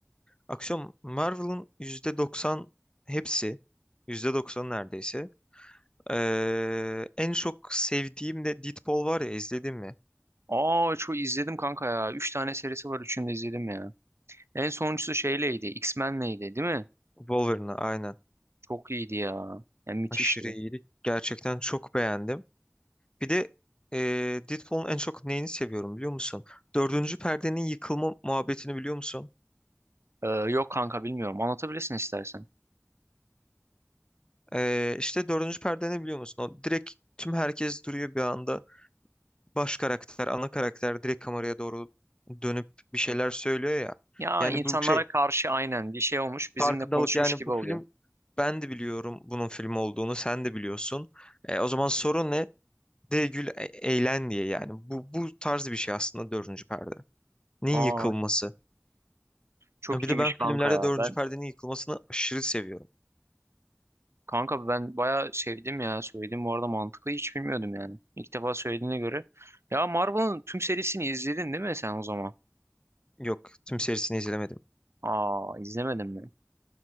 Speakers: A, on the left; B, on the right.
A: aksiyon Marvel'ın %90 hepsi. yüzde doksan neredeyse. E, en çok sevdiğim de Deadpool var ya izledin mi?
B: Aa çok izledim kanka ya. Üç tane serisi var. Üçünü de izledim ya. En sonuncusu şeyleydi. X-Men'leydi değil mi?
A: Wolverine'ı aynen.
B: Çok iyiydi ya. Yani müthişti.
A: Aşırı iyiydi. Gerçekten çok beğendim. Bir de e, Deadpool'un en çok neyini seviyorum biliyor musun? Dördüncü perdenin yıkılma muhabbetini biliyor musun?
B: Ee, yok kanka bilmiyorum. Anlatabilirsin istersen.
A: Ee, işte dördüncü perde ne biliyor musun? O direkt tüm herkes duruyor bir anda. Baş karakter, ana karakter direkt kameraya doğru dönüp bir şeyler söylüyor ya.
B: Ya
A: Yani
B: insanlara
A: bu şey
B: karşı aynen bir şey olmuş. Bizimle
A: farkındalık
B: konuşmuş
A: yani
B: gibi
A: bu
B: oluyor.
A: film ben de biliyorum bunun film olduğunu sen de biliyorsun. Ee, o zaman sorun ne? De gül e- eğlen diye yani. Bu, bu tarz bir şey aslında dördüncü perdenin
B: Aa
A: yıkılması.
B: çok
A: Yani Bir
B: iyiymiş
A: de ben
B: kanka
A: filmlerde
B: ya.
A: dördüncü
B: Ben
A: perdenin yıkılmasını aşırı seviyorum.
B: Kanka ben bayağı sevdim ya. Söyledim bu arada mantıklı hiç bilmiyordum yani. İlk defa söylediğine göre. Ya Marvel'ın tüm serisini izledin değil mi sen o zaman?
A: Yok, tüm serisini izlemedim.
B: Aa izlemedin mi?